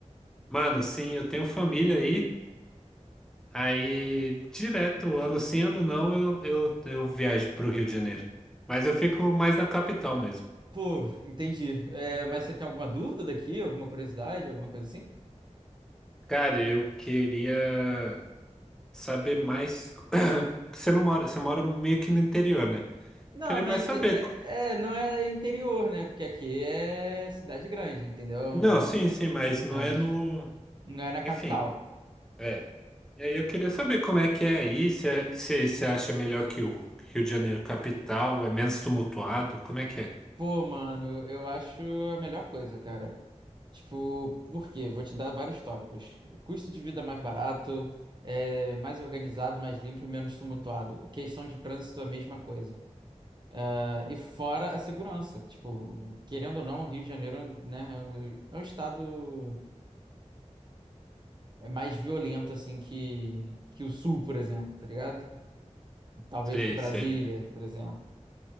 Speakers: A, in the centre; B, on the right.
A: Mano, sim, eu tenho família aí. Aí, direto, ano sim, ano não, eu, eu, eu viajo pro Rio de Janeiro. Mas eu fico mais na capital mesmo.
B: Pô, entendi. É, mas você tem alguma dúvida daqui, alguma curiosidade, alguma coisa assim?
A: Cara, eu queria saber mais. <clears throat> Você não mora, você mora meio que no interior, né?
B: Não,
A: Queria
B: não
A: mais
B: é, inte-
A: saber.
B: né,
A: co-
B: é, não é interior, né? Porque aqui é cidade grande, entendeu?
A: Não, sim, sim, mas não
B: Mas
A: é no.
B: não é na
A: Enfim,
B: capital.
A: é. E aí eu queria saber como é que é aí, se é- se você acha melhor que o Rio de Janeiro capital, é menos tumultuado, como é que é?
B: Pô, mano, eu acho a melhor coisa, cara. Tipo, por quê? Vou te dar vários tópicos. Custo de vida mais barato, é, mais organizado, mais limpo e menos tumultuado. Questão de trânsito, a mesma coisa. Ah, e fora a segurança. Tipo, querendo ou não, o Rio de Janeiro, né, é um é um estado é mais violento, assim, que, que o Sul, por exemplo, tá ligado? Talvez
A: Sei,
B: que Brasília,
A: sei.
B: por exemplo.